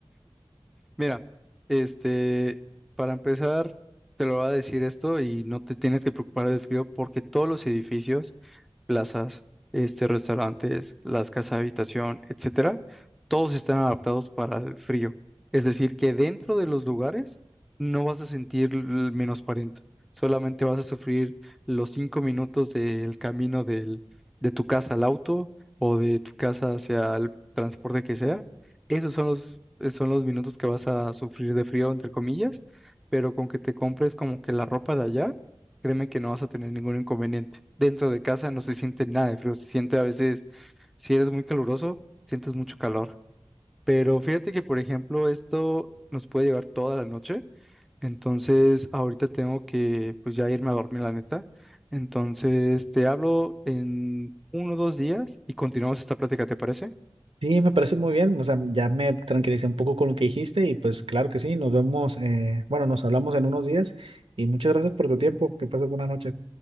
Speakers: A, in the centre; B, on the right.
A: Mira, este, para empezar, te lo voy a decir esto y no te tienes que preocupar del frío porque todos los edificios plazas, este, restaurantes, las casas de habitación, etcétera, todos están adaptados para el frío. Es decir, que dentro de los lugares no vas a sentir el menos 40, solamente vas a sufrir los cinco minutos del camino del, de tu casa al auto o de tu casa hacia el transporte que sea. Esos son los, eh, son los minutos que vas a sufrir de frío, entre comillas, pero con que te compres como que la ropa de allá Créeme que no vas a tener ningún inconveniente. Dentro de casa no se siente nada de frío, se siente a veces, si eres muy caluroso, sientes mucho calor. Pero fíjate que, por ejemplo, esto nos puede llevar toda la noche. Entonces, ahorita tengo que, pues ya irme a dormir, la neta. Entonces, te hablo en uno o dos días y continuamos esta plática, ¿te parece?
B: Sí, me parece muy bien, o sea, ya me tranquilicé un poco con lo que dijiste y pues claro que sí, nos vemos, eh, bueno, nos hablamos en unos días y muchas gracias por tu tiempo, que pases buena noche.